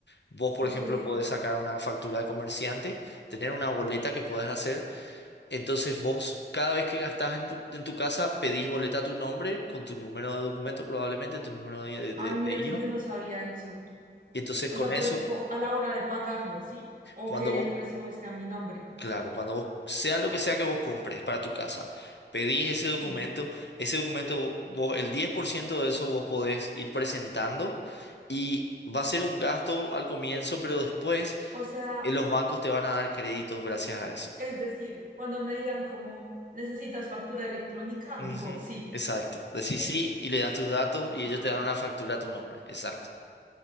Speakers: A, on the left (about 70°); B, on the right (about 45°).
A: Vos, por
B: Ok.
A: ejemplo, podés sacar una factura de comerciante, tener una boleta que puedas hacer. Entonces vos, cada vez que gastás en, pu- en tu casa, pedís boleta a tu nombre, con tu número de documento probablemente, tu número de, de, de-
B: Ay, mira
A: de IVA.
B: que yo no sabía eso.
A: Y entonces
B: O
A: con
B: sea,
A: eso,
B: pero tipo a la hora de pagarlo, ¿sí? O
A: cuando
B: que
A: vos,
B: el recibo esté a mi nombre.
A: claro, cuando vos, sea lo que sea que vos compres para tu casa, pedís ese documento,
B: Sí.
A: ese documento, vos, el 10% de eso vos podés ir presentando y va a ser un gasto al comienzo, pero después
B: O sea,
A: eh, los bancos te van a dar créditos gracias a eso.
B: Es decir, cuando me digan como, ¿necesitas factura electrónica?
A: Ujú,
B: Digo, sí,
A: Exacto. Decís
B: ¿sí?
A: sí y le das tus datos y ellos
B: Ah,
A: te dan una factura a tu nombre. Exacto.